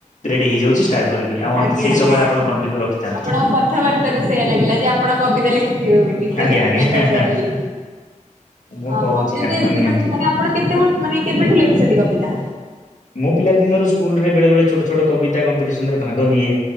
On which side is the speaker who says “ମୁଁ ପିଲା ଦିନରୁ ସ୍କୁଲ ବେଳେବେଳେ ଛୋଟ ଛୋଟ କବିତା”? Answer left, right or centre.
Left